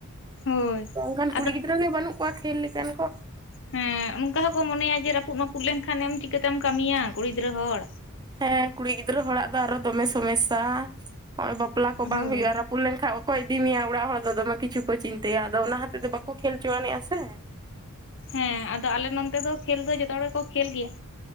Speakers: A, on the left; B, on the right.
A: ᱦᱳᱭ
B: ᱮᱠᱷᱟᱱ ᱠᱩᱲᱤ
A: ᱟᱫᱚ
B: ᱜᱤᱫᱽᱨᱟᱹ ᱜᱮ ᱵᱟᱹᱱᱩᱜ ᱠᱚᱣᱟ ᱠᱷᱮᱞ ᱞᱮᱠᱟᱱ ᱠᱚ
A: ᱦᱮᱸ! ᱚᱱᱠᱟ ᱦᱚᱸᱠᱚ ᱢᱚᱱᱮᱭᱟ ᱡᱮ ᱨᱟᱹᱯᱩᱫ ᱨᱟᱹᱯᱩᱫ ᱞᱮᱱᱠᱷᱟᱱ ᱪᱤᱠᱟᱹᱛᱮᱢ ᱠᱟᱹᱢᱤᱭᱟ ᱠᱩᱲᱤ ᱜᱤᱫᱽᱨᱟᱹ ᱦᱚᱲ
B: ᱦᱮᱸ ᱠᱩᱲᱤ ᱜᱤᱫᱽᱨᱟᱹ ᱦᱚᱲᱟᱜ ᱫᱚ ᱟᱨᱚ ᱫᱚᱢᱮ ᱥᱚᱢᱚᱥᱥᱟ ᱱᱚᱜᱭ ᱵᱟᱯᱞᱟ ᱠᱚ ᱵᱟᱝ
A: ᱦᱳᱭ
B: ᱦᱩᱭᱩᱜᱼᱟ᱾ ᱨᱟᱹᱯᱩᱫ ᱞᱮᱱᱠᱷᱟᱡ ᱠᱚ ᱤᱫᱤ ᱢᱮᱭᱟ ᱚᱲᱟᱜ ᱦᱚᱲ ᱫᱚ ᱫᱚᱢᱮ ᱠᱤᱪᱷᱩ ᱠᱚ ᱪᱤᱱᱛᱟᱹᱭᱟ ᱟᱫᱚ ᱚᱱᱟ ᱦᱚᱛᱮᱫ ᱫᱚ ᱵᱟᱠᱚ ᱠᱷᱮᱞ ᱦᱚᱪᱚᱣᱟᱱᱤᱡᱼᱟ ᱥᱮ
A: ᱦᱮᱸ ᱟᱫᱚ ᱟᱞᱮ ᱱᱚᱱᱛᱮ ᱫᱚ ᱠᱷᱮᱞ ᱫᱚ ᱡᱚᱛᱚ ᱦᱚᱲ ᱜᱮᱠᱚ ᱠᱷᱮᱞ ᱜᱮᱭᱟ